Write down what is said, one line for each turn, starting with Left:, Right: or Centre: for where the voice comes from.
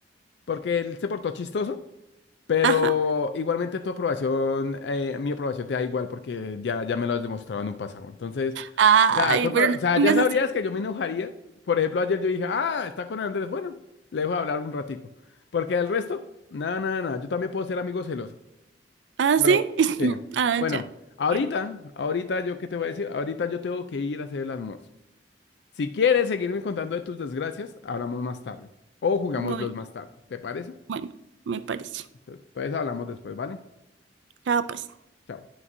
Left: porque él se portó chistoso. Pero
Right: ajá.
Left: igualmente tu aprobación, eh, mi aprobación te da igual porque ya, ya me lo has demostrado en un pasado. Entonces,
Right: Ay,
Left: nada, con
Right: pero
Left: to-
Right: no te
Left: o sea,
Right: pongas
Left: ya sabrías
Right: así.
Left: que yo me enojaría. Por ejemplo, ayer yo dije, ah, está con Andrés. Bueno, le dejo hablar un ratico. Porque el resto, nada, nada, nada. Yo también puedo ser amigo celoso.
Right: ¿Ah,
Left: Bueno,
Right: sí? <laughs>
Left: sí.
Right: Ah,
Left: Bueno,
Right: ya.
Left: ahorita,
Right: Bien.
Left: ahorita yo qué te voy a decir. Ahorita yo tengo que ir a hacer el almuerzo. Si quieres seguirme contando de tus desgracias, hablamos más tarde. O jugamos
Right: Bueno,
Left: los más tarde. ¿Te parece?
Right: bueno, me parece.
Left: Entonces, entonces hablamos después, ¿vale?
Right: Chao, pues.
Left: Chao.